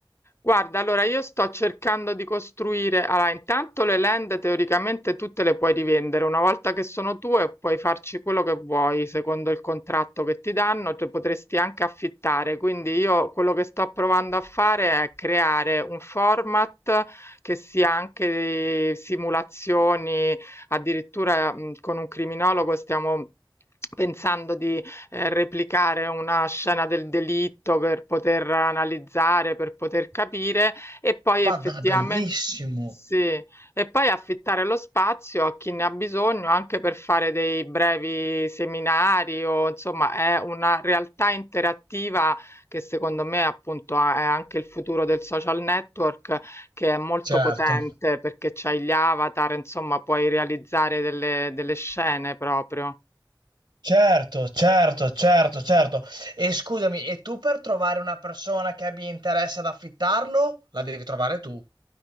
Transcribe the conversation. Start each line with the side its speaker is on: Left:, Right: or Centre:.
Left: Guarda, allora io sto cercando di costruire, allora intanto le land teoricamente tutte le puoi rivendere, una volta che sono tue puoi farci quello che vuoi, secondo il contratto che ti danno, tu potresti anche affittare, quindi io quello che sto provando a fare è creare un format che sia anche di simulazioni, addirittura mh, con un criminologo stiamo pensando di eh, replicare una scena del delitto per poter analizzare, per poter capire e poi effettivamente
Right: Ma da bellissimo.
Left: sì, e poi affittare lo spazio a chi ne ha bisogno anche per fare dei brevi seminari o insomma è una realtà interattiva che secondo me appunto ha- è anche il futuro del social network che è molto
Right: Certo.
Left: potente perché c'hai gli avatar, insomma puoi realizzare delle delle scene proprio.
Right: Certo, certo, certo, certo. E scusami, e tu per trovare una persona che abbia interesse ad affittarlo, la devi trovare tu.